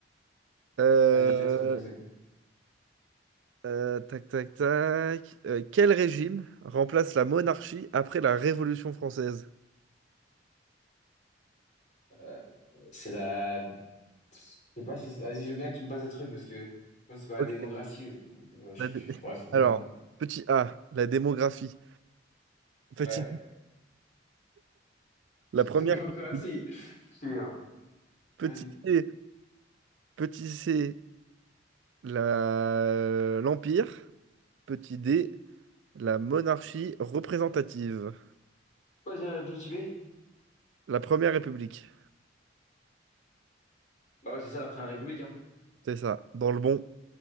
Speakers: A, on the right (about 80°); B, on the left (about 45°).
A: Euh,
B: Vas-y, je te laisse me poser.
A: euh, tac, tac, tac. Euh, quel régime remplace la monarchie après la Révolution française?
B: Euh, c'est la... Je sais pas si... Vas-y, je veux bien que tu me passes des trucs, parce que... Moi, c'est pas
A: Ok.
B: la démocratie. euh, Je
A: La
B: sais
A: dé-
B: plus.
A: <laughs>
B: Bref, dis-moi.
A: Alors, petit A, la démographie. Petit,
B: Ouais.
A: la
B: <laughs>
A: première.
B: Démocratie.
A: République.
B: Excusez-moi.
A: Petit
B: Vas-y.
A: C, petit C, la, l'Empire. Petit D, la monarchie représentative.
B: Quoi déjà la petite B?
A: La première République.
B: Bah ouais, c'est ça la première république, hein.
A: C'est ça. Dans le bon.